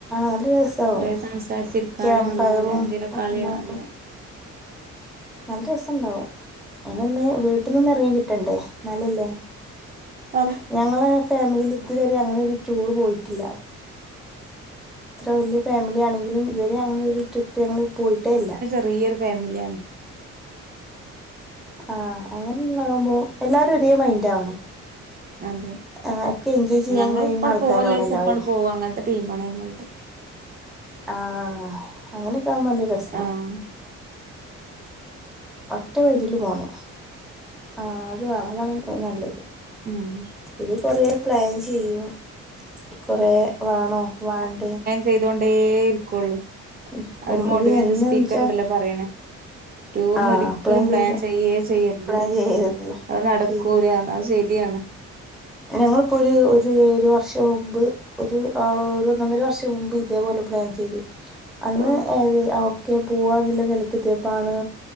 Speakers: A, in the centre; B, on the right (about 30°).
A: നല്ല രസമാവും
B: കൊറേ സംസാരിച്ചിരിക്കാനും
A: ക്യാമ്പ്
B: അതുപോലെ
A: ഫയറും
B: എന്തെങ്കാലും
A: ഒക്കെ
B: കളി
A: ഉണ്ടാവുമ്പോൾ
B: അതെ
A: നല്ല രസണ്ടാവും അയിനൊന്ന് വീട്ട്ന്നൊന്ന് ഇറങ്ങി കിട്ടണ്ടേ ഇന്നാല്ലല്ലേ
B: ആഹ്
A: ഞങ്ങളെ ഫാമിലിയില് ഇതുവരെ അങ്ങനെ ഒരു ടൂറ് പോയിട്ടില്ല ഇത്ര വലിയ ഫാമിലി ആണെങ്കിലും ഇതുവരെ അങ്ങനെ ഒരു ട്രിപ്പ് ഞങ്ങള് പോയിട്ടേല്ല
B: വലിയൊരു ഫാമിലിയാണ്
A: ആ അങ്ങനൊന്നാവൂമ്പോ എല്ലാരും ഒരേ മൈൻഡാവണം
B: അതെ
A: ആ ഒക്കെ എൻജോയ് ചെയ്യാൻ
B: ഞങ്ങള്
A: കഴിയുന്ന
B: ഇപ്പങ്ങട്
A: ആൾക്കാരാവണം
B: പോവല്ലേച്ച
A: എല്ലാരും
B: ഇപ്പങ്ങട് പോവും അങ്ങനത്തെ ടീമാണ് ഞങ്ങൾത്
A: ആ അങ്ങനൊക്കെ ആവുമ്പോ നല്ല രസാ
B: ആഹ്
A: ഒറ്റ മൈൻഡില് പോണം ആഹ് അത് അതാണ് നല്ലത്
B: ഉം
A: ഇത് കൊറേ പ്ലാൻ ചെയ്യും കൊറേ വേണോ വേണ്ടേ
B: ചെയ്തുകൊണ്ടേരിക്കുള്ളു
A: ഇരിക്കും
B: ഒരു മോട്ടിവേഷൻ
A: ഇത് എന്നു
B: സ്പീക്കർ
A: വെച്ചാൽ
B: ഉണ്ടല്ലോ പറയ്ണ് ടൂറിന്
A: ആ
B: ഒരിക്കലും പ്ലാൻ
A: ചെയ്ത
B: ചെയ്യേ ചെയ്യരുത്
A: പ്ലാൻ ചെയ്യരുത്
B: അത് നടക്കൂലാ
A: ശരിയാണ്
B: ന്ന് അത് ശരിയാണ്
A: ഞങ്ങളിപ്പോ ഒര് ഒര് ഒരു വർഷം മുമ്പ് ഒരു ആ ഒര് ഒന്ന് ഒന്നര വർഷം മുമ്പ് ഇതേപോലെ പ്ലാൻ ചെയ്ത് അന്ന്
B: ഓ
A: ഏത് ഒക്കെ പോവാന്നുള്ള നിലക്കെത്തിയപ്പാണ്